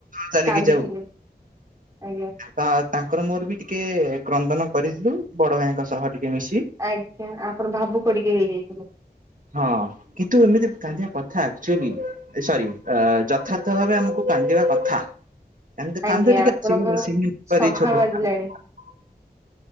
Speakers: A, on the right (about 55°); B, on the right (about 20°).
A: ଚାଲିକି
B: କାନ୍ଦୁଥିଲେ ଆଜ୍ଞା।
A: ତ ତାଙ୍କର ମୋର ବି ଟିକେ କ୍ରନ୍ଦନ କରିଥିଲୁ ବଡ଼ ଭାଇଙ୍କ ସହ ଟିକେ ମିଶି।
B: ଆଜ୍ଞା ଆପଣ ଭାବୁକ ଟିକେ ହେଇଯାଇଥିଲେ।
A: ହଁ। କିନ୍ତୁ ଏମିତି କାନ୍ଦିବା କଥା ଆକଚୁୱାଲି ସରି ଅ -ଯଥାର୍ଥ ଭାବେ ଆମକୁ କାନ୍ଦିବା କଥା।
B: <inaudible>
A: କାନ୍ଦ
B: ଆଜ୍ଞା
A: କାନ୍ଦ ଟିକେ
B: ଆପଣଙ୍କର
A: <unintelligible>
B: ଶଙ୍ଖା ବାଜିଲାଣି
A: ଆଜ୍ଞା